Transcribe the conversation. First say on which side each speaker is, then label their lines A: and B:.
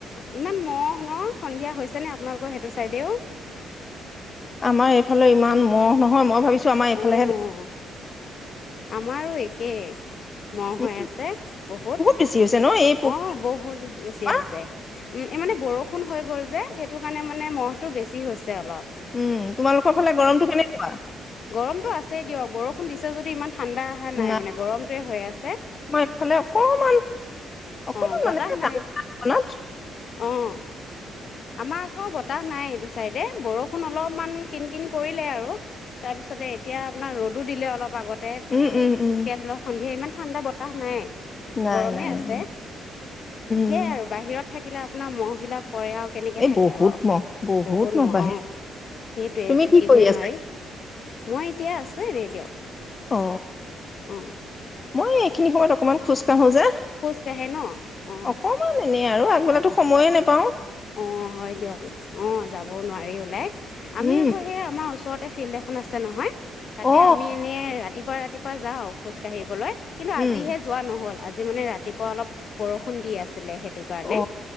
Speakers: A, on the left (about 55°); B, on the left (about 35°).
A: ইমান অ ন সন্ধিয়া হৈছে নে আপোনালোকৰ সেইটো চাইদেও
B: আমাৰ এইফালে ইমান মহ নহয় মই ভাবিছো আমাৰ এইফালেহে
A: অ অ আমাৰো একে মহ
B: উম
A: হৈ আছে বহুত
B: বেছি হৈছে ন এই পোক
A: অ বহুত বেছি
B: পৰুৱা।
A: হৈছে উম এই মানে বৰষুণ হৈ গ'ল যে সেইটো কাৰণে মানে মহ টো বেছি। কি হৈছে? অলপ
B: উম তোমালোকৰ ফালে গৰমটো কেনেকুৱা?
A: গৰমতটো আছেই দিয়ক বৰষুণ দিছে যদি ইমান, ঠাণ্ডা অহা
B: নাই
A: মানে গৰমটোৱে হৈ আছে
B: মই ইফালে অকমান অকমান
A: অঁ
B: মানেত
A: বতাহ নাই অঁ আমাৰ আকৌ ব বতাহ নাই এইটো চাইডে বৰষুণ অলপমান কিন কিন কৰিলে আৰু, তাৰপিছতে এতিয়া আপোনাৰ ৰ'দত দিলে অলপ আগত ত
B: উম
A: এ
B: উম
A: এতিয়া
B: উম
A: ধৰি লওক সন্ধিয়া ইমান ঠাণ্ডা বতাহ নাই
B: নাই
A: গৰমে
B: নাই
A: আছে
B: উম
A: সেয়াই
B: উম
A: আৰু বাহিৰত থাকিলে আপোনাৰ মহ বিলাক পৰে কেনেকে
B: এই
A: থাকিব
B: বহুত মহ
A: বহুত মহ
B: বাহিৰত
A: সেইটোৱে
B: তুমি
A: থাকিবই
B: কি কৰি আছা
A: নোৱাৰি। মই এতিয়া আছোৱে এনে দিয়ক,
B: অ
A: অঁ
B: মই সিনি সময় অকণমান খোজ কাঢ়ো যে
A: খোজ কাঢ়ে ন অঁ
B: অকমান এনে আৰু আগবেলা, সময়ে নাপাওঁ
A: অ হয় দিয়ক অ যাব নোৱাৰি ওলাই আমি
B: উম
A: আকৌ সেই আমাৰ ওচৰত তাতে ফিল্ড এখন আছে নহয় তাতে
B: অ
A: আমি এনে ৰাতিপুৱা ৰাতিপুৱ ত পৰাা যাওঁ খোজ কাঢ়িবলৈ কিন্তু
B: উম
A: আজিহে যোৱা নহল আজি আ যি মানে ৰাতিপুৱা অলপ বৰষুণ দি আছিলে সেই সেইটো কাৰণে
B: অ